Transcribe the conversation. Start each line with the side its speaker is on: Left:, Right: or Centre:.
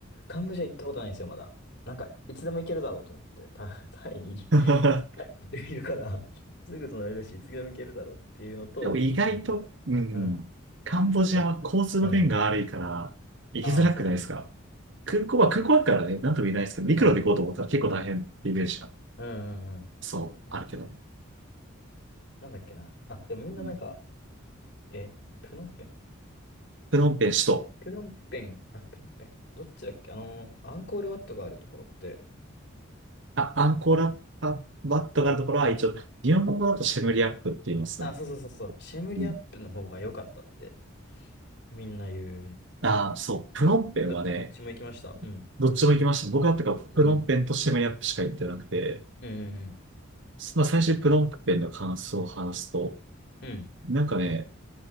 Left: カンボジア行ったことないんですよ、まだ。なんか、いつでも行けるだろうと思って、タイタイに、
Right: <laughs>
Left: タイにいるから、すぐ隣だし、いつでも行けるだろうっていうのと、
Right: でも意外と、
Left: あとなんか、
Right: うん、
Left: うん。
Right: カンボジアは交通の便が悪いから、
Left: もういうんうん。
Right: 行きづらくないですか
Left: ああ、そうなんだ。
Right: 空港は、空港あるからね、なんとも言えないですけど、陸路で行こうと思ったら結構大変ってイメージが、
Left: うん。うんうんうん。
Right: そう、あるけどね。
Left: うんなんだっけな。あ、でもみんななんか、
Right: うん。
Left: え、プノンペン。
Right: プノンペン首都。
Left: プノンペン、あ、プノンペン。どっちだっけあの、アンコールワットがあるところって、
Right: あ、アンコーラ、あ、バットがあるところは一応、日本語だとシェムリアップって言いますね。
Left: あ、そうそうそうそう、シェムリアップの方が良かったって
Right: うん。
Left: みんな言う。
Right: ああそう、プノンペンはね、
Left: どっちも行きました。うん。
Right: どっちも行きました。僕はとか、
Left: うん
Right: プノンペンとシェムリアップしか行ってなくて、
Left: うんうん。うんうん
Right: まあ最初にプノンペンの感想を話すと、
Left: うん。うん。
Right: なんかね、